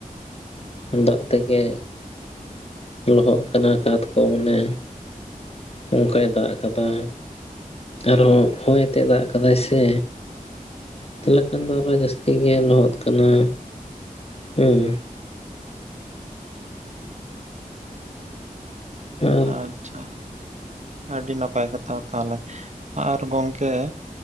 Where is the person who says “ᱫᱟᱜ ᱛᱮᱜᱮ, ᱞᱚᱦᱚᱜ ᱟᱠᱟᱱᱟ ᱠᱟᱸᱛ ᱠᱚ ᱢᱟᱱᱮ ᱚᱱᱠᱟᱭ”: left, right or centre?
Left